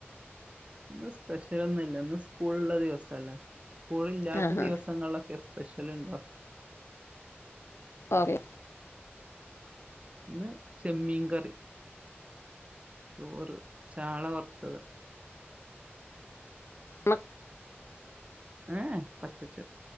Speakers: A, on the right; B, on the left.
A: ഇന്ന് സ്പെഷ്യലൊന്ന്ല്ല ഇന്ന് സ്കൂള് ള്ള ദിവസല്ലേ സ്കൂളില്ലാത്ത
B: ആ ഹാ
A: ദിവസങ്ങൾലൊക്കെ സ്പെഷല്ണ്ടൊ?
B: ഓക്കേ
A: ന്ന് ചെമ്മീൻ കറി ചോറ് ചാള വർത്തത്
B: മ
A: ഏ ഹേ പച്ചച്ച